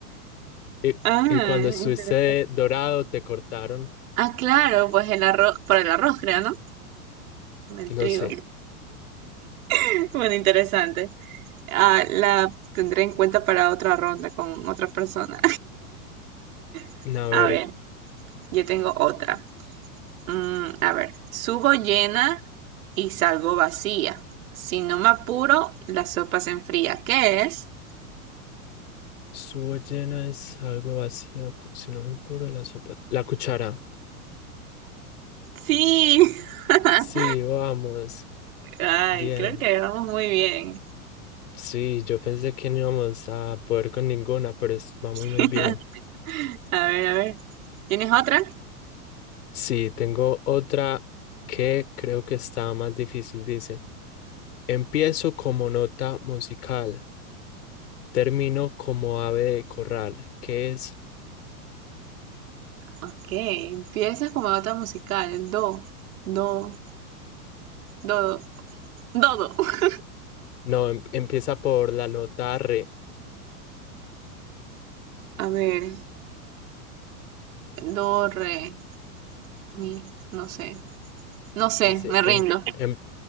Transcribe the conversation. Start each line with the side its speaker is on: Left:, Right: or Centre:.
Left: Y,
Right: Ah,
Left: y cuando estuviste
Right: interesante.
Left: dorado te cortaron,
Right: Ah, claro, pues el arroz, por el arroz, creo, ¿no? El
Left: no
Right: trigo.
Left: sé.
Right: <laughs> Bueno, interesante. Ah, la tendré en cuenta para otra ronda con otra persona. <laughs>
Left: A
Right: A
Left: ver,
Right: ver, yo tengo otra. Mm, a ver, subo llena y salgo vacía. Si no me apuro, la sopa se enfría. ¿Qué es?
Left: su llena es algo vacío, cu- si no me apuro la sopa. La cuchara.
Right: Sí. <laughs>
Left: Sí, vamos.
Right: Ay,
Left: Bien.
Right: creo que vamos muy bien.
Left: Sí, yo pensé que no íbamos a poder con ninguna, pero es- vamos muy
Right: <laughs>
Left: bien.
Right: A ver, a ver. ¿Tienes otra?
Left: Sí, tengo otra que creo que está más difícil, dice. Empiezo como nota musical, termino como ave de corral, que es,
Right: Ok, empieza como nota musical. Do, do, do, do, do.
Left: no, em- empieza por la nota re,
Right: A ver, do, re, mi, no sé. No sé,
Left: dice,
Right: me rindo.
Left: em- em-